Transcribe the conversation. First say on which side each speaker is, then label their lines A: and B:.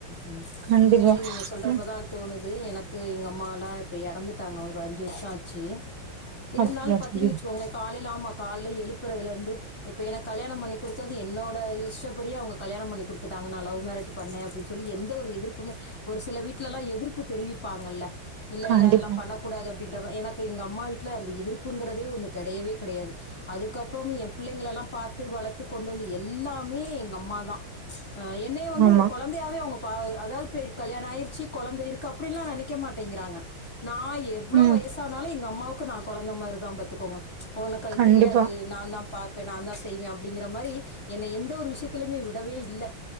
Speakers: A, on the left; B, on the right.
A: ம்
B: கண்டிப்பா
A: உண்மையிலயே நீங்க சொல்றப்பதா
B: ம்
A: தோணுது எனக்கு எங்க அம்மாலா இப்ப இறந்துட்டாங்க ஒரு அஞ்சி வருஷோ ஆச்சி இருந்தாலு
B: அப்படியா
A: பத்திக்வச்கோங்ளே
B: தோழி
A: காலைல ஆமா கால்ல எழுப்பறதுலேருந்து இப்ப எனக் கல்யாணம் பண்ணி கொடுத்தது என்னோ இந்த இஷ்டப்படியே அவ்க கல்யாணம் பண்ணி கொத்துட்டாங்க நா லவ் மேரேஜ் பண்ண அப்டின் சொல்லி எந்த ஒரு எதிர்ப்புமே ஒரு சில வீட்ல எல்லா எதிர்ப்பு தெரிவிப்பாங்கல்ல இல்ல
B: கண்டிப்பா
A: இல்ல அதெல்லா பண்ணக்க கூடாது அப்டின்றப எனக்கு எங்க அம்மா வீட்ல அந்த எதிர்ப்புங்கறதே ஒன்னு கெடையவே கெடையாது அதுக்கப்புறம் என் பிள்ளைங்கள எல்லா பார்த்து வளர்த்து கொண்டு வந்து எல்லாமே எங்க அம்மாதா என்ன வந்து
B: ஆமா
A: ஒரு குழந் தையாவே அவங்க பா அதாவது பே கல்யாணம் ஆயிருச்சி குழந்தை இருக்கு அப்டின்லா நினைக்கே மாட்டேங்கிறாங்க நா எப் எவ்ளோ
B: ம்
A: வயசானனாலு எங்க அம்மாவுக்கு நா கொழந்த மாதிரி தா பத்துக்கோங்க உனக்கு அது
B: கண்டிப்பா
A: தெரியாது நா தா பாப்பே நா தா செய்வ அப்டிங்கிற மாரி என்ன எந்த ஒரு விஷயத்தலயுமே விடவே இல்ல